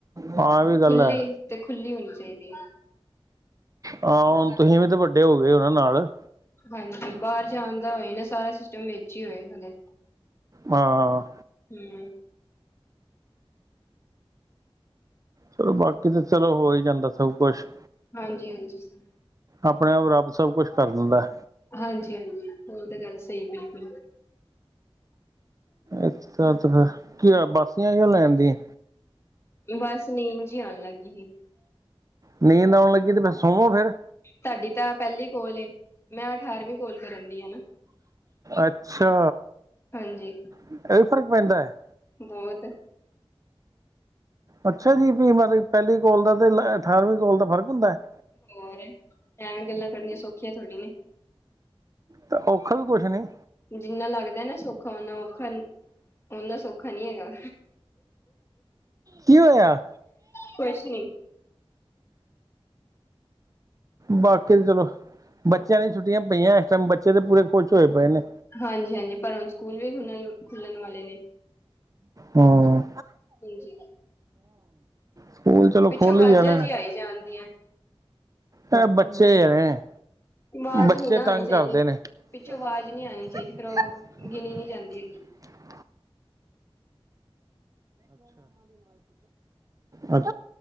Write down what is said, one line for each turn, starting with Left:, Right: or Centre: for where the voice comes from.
Right: ਹਾਂ ਇਹ ਵੀ ਗੱਲ
Left: ਖੁਲੀਤੇ
Right: ਹੈ
Left: ਖੁੱਲੀ ਹੋਣੀ ਚਾਹੀਦੀ ਹੈ
Right: ਹਾਂ ਹੁਣ ਤੁਸੀਂ ਵੀ ਤੇ ਵੱਡੇ ਹੋ ਗਏ ਉਹਨਾਂ ਨਾਲ
Left: ਹਾਂਜੀ ਬਾਹਰ ਜਾਣ ਦਾ ਹੋਏ ਨਾ ਸਾਰਾ ਸਿਸਟਮ ਵਿੱਚ ਹੀ ਹੋਏ ਹ
Right: ਹਾਂ
Left: ਹਮ
Right: ਚਲੋ ਬਾਕੀ ਤਾਂ ਚਲੋ ਹੋ ਹੀ ਜਾਂਦਾ ਸਭ ਕੁਛ
Left: ਹਾਂਜੀ ਹਾਂਜੀ ਸਰ
Right: ਆਪਣੇ ਆਪ ਰੱਬ ਸਭ ਕੁਛ ਕਰ ਦਿੰਦਾ
Left: ਹਾਂਜੀ ਹਾਂਜੀ ਹੋਰ ਤਾਂ ਗੱਲ ਸਹੀ ਬਿਲਕੁਲ
Right: ਅੱਛਾ ਤੇ ਫਰ ਕੀ ਬਾਸੀਆਂ ਕਿਉ ਲੈਣ ਦੀਆਂ
Left: ਬਸ ਨੀਦ ਜੀ ਆਉਣ ਲੱਗੀ ਸੀ
Right: ਨੀਂਦ ਆਉਣ ਲੱਗੀ ਤੇ ਫਿਰ ਸੋਵੋ ਫੇਰ
Left: ਤੁਹਾਡੀ ਤਾਂ ਪਹਿਲੀ ਕੋਲ ਮੈਂ ਅਠਾਰਵੀਂ ਕੋਲ ਕਰਨ ਦੀ ਆ ਨਾ
Right: ਅੱਛਾ
Left: ਹਾਂਜੀ
Right: ਇਹ ਵੀ ਫ਼ਰਕ ਪੈਂਦਾ ਹੈ
Left: ਬਹੁਤ
Right: ਅੱਛਾ ਜੀ ਵੀ ਮਤਲਬ ਪਹਿਲੀ ਕੋਲ ਦਾ ਤੇ ਅਠਾਰਵੀਂ ਕੋਲ ਦਾ ਫ਼ਰਕ ਹੁੰਦਾ ਹੈ
Left: ਹੋਰ ਐਵੇਂ ਗੱਲਾਂ ਕਰਨੀਆਂ ਸੌਖੀੀਆਂ ਥੋੜੀਆਂ
Right: ਤੇ ਔਖਾ ਵੀ ਕੁਛ ਨੀ
Left: ਜਿੰਨਾ ਲੱਗਦਾ ਨਾ ਸੌਖਾ ਓਨਾ ਔਖਾ ਓਨਾ ਸੌਖਾ ਖਾ ਨਹੀਂ ਹੈਗਾ
Right: ਕੀ ਹੋਇਆ
Left: ਕੁਛ ਨੀ
Right: ਬਾਕੀ ਚਲੋ ਬੱਚਿਆਂ ਨੇ ਛੁੱਟੀਆਂ ਪਈਆਂ ਇਸ ਟਾਈਮ ਬੱਚੇ ਤੇ ਪੂਰੇ ਖੁਸ਼ ਹੋਏ ਪਏ ਨੇ
Left: ਹਾਂਜੀ ਹਾਂਜੀ ਪਰ ਹੁਣ ਸਕੂਲ ਵੀ ਖੁੱਲਣ ਖੁੱਲਣ ਵਾਲੇ ਨੇ
Right: ਹਾਂ
Left: ਹਾਂਜੀ
Right: ਸਕੂਲ ਚਲੋ
Left: ਪਿੱਛੋਂ
Right: ਖੋਲ
Left: ਆਵਾਜ਼ਾਂ
Right: ਹੀ ਜਾਣੇ
Left: ਜੀ ਆਈ ਜਾਂਦੀਆਂ
Right: ਇਹ ਬੱਚੇ ਨੇ
Left: ਆਵਾਜ਼
Right: ਬੱਚੇ
Left: ਨੀ ਨਾ
Right: ਤੰਗ
Left: ਆਣੀ ਚਾਹੀਦੀ
Right: ਕਰਦੇ ਨੇ <unintelligible>
Left: ਪਿੱਛੋਂ ਆਵਾਜ਼ ਨਹੀਂ ਆਣੀ ਚਾਹੀਦੀ ਫੇਰ ਉਹ ਗਿਣੀ ਨੀ ਜਾਂਦੀ ਹੈਗੀ
Right: ਅੱਛਾ